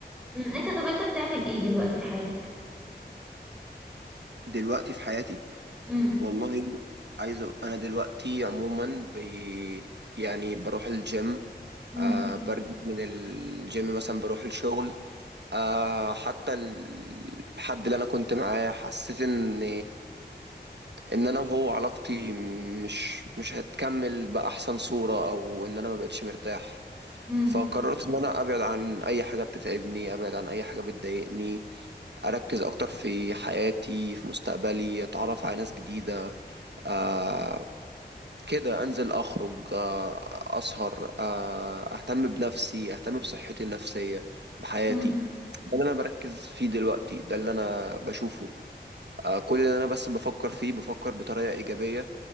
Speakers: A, in the centre; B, on the right.
A: مم. انت طب انت بتعمل ايه دلوقتي في حياتك
B: دلوقتي في حياتي
A: امم
B: والله عايز أ- انا دلوقتي عموما بي يعني بروح الجيم
A: امم
B: آه برجع من الجيم مثلا بروح الشغل آه حتى ال- الحد اللي انا كنت معاه حسيت ان ان انا وهو علاقتي مش مش هتكمل باحسن صورة او ان انا ما بقتش مرتاح
A: امم
B: فقررت ان انا ابعد عن اي حاجة بتتعبني ابعد عن اي حاجة بتضايقني اركز اكتر في حياتي في مستقبلي اتعرف على ناس جديدة آه، كده انزل اخرج آه، اسهر آه، اهتم بنفسي اهتم بصحتي النفسية بحياتي
A: امم
B: ده اللي انا بركز فيه دلوقتي ده اللي انا بشوفه آه، كل اللي انا بس بفكر فيه بفكر بطريقة ايجابية